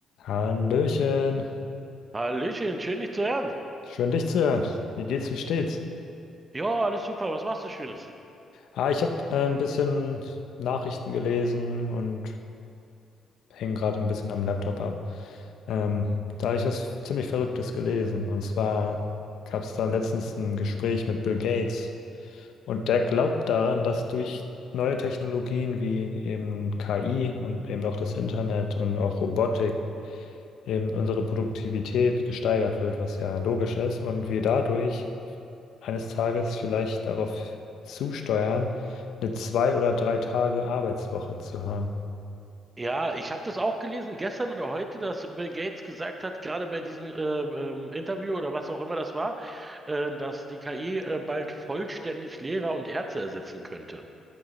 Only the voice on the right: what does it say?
Hallöchen, schön dich zu hören.
Ja, alles super, was machst du Schönes?
Ja, ich habe das auch gelesen gestern oder heute, dass Bill Gates gesagt hat, gerade bei diesem äh, ähm, Interview oder was auch immer das war, äh, dass die KI äh, bald vollständig Lehrer und Ärzte ersetzen könnte.